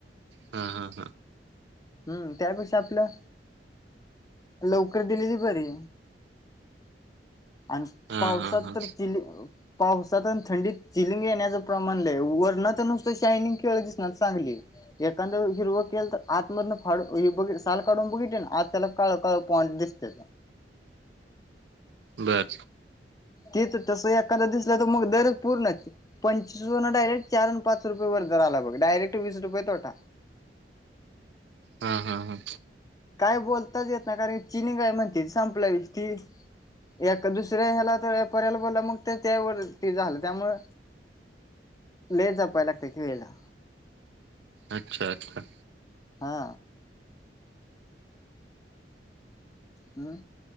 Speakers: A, on the right (about 70°); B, on the left (about 20°).
A: हा हा हा
B: हम्म त्यापेक्षा आपलं. लवकर दिलेली बरी. आणि
A: हा
B: पावसात
A: हा हा हा
B: तर चि पाऊस. थंडीत-चिलिंग येण्याचं प्रमाण लई. वरण नुसत शायनिंग खेळ दिसणार चांगली. एखाद्यावेळी हिरव केल तर. आत मधन फाड हे बघ साल काढून बघितलना आत त्याला काळ. पोच दिसते.
A: बर
B: तीच तस एखादा दिसला तर मग दरच पूर्ण. पंचस र डायरेक्ट चार आणि पाच रुपये. वर ज झाला ब डयेक्ट वीस रुपये तोटा.
A: हा हा. हा.
B: काय बोलताच येत ना कारण चिनी काय म्हणते. संपल्या विषय. एका दुसऱ्या हेयाला तर पर्यायला बोलला. मग त्यावर ते झालं त्यामूळ. लई जपाय लागत की वेळेला.
A: अच्छा-अच्छा.
B: हा. आम <unintelligible>